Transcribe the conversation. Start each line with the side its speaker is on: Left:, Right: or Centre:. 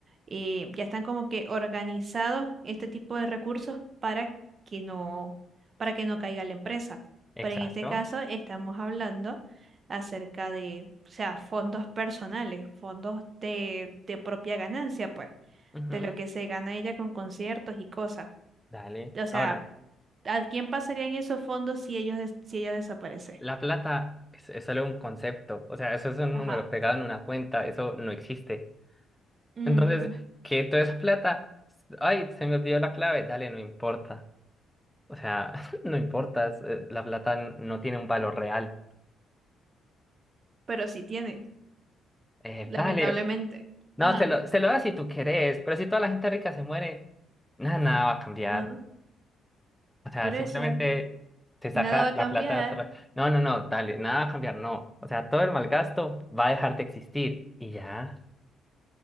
Right: eh, ya están como que organizados este tipo de recursos para que no, para que no caiga la empresa.
Centre: Exacto.
Right: Pero en este caso estamos hablando acerca de, o sea, fondos personales, fondos de, de propia ganancia, pues,
Centre: Ujú,
Right: de lo que se gana ella con conciertos y cosas.
Centre: Dale.
Right: O sea,
Centre: Ahora,
Right: ¿A quién pasarían esos fondos si ellos des- si ella desaparece?
Centre: la plata es, es solo un concepto. O sea, eso es un
Right: Ajá.
Centre: número pegado en una cuenta. Eso no existe.
Right: Mm,
Centre: Entonces, que toda esa plata, ay, se me olvidó la clave, dale, no importa. O sea, <laughs> no importa, es, eh, la plata n- no tiene un valor real.
Right: pero sí tiene,
Centre: Eh,
Right: lamentablemente.
Centre: dale, no,
Right: Ajá.
Centre: se lo, se lo das si tú querés, pero si toda la gente rica se muere, nada, nada va a cambiar.
Right: Ah,
Centre: O sea,
Right: Por
Centre: simplemente
Right: eso,
Centre: te saca
Right: nada va a
Centre: la
Right: cambiar,
Centre: plata de otra. No, no, no, dale, nada va a cambiar, no. O sea, todo el malgasto va a dejar de existir y ya.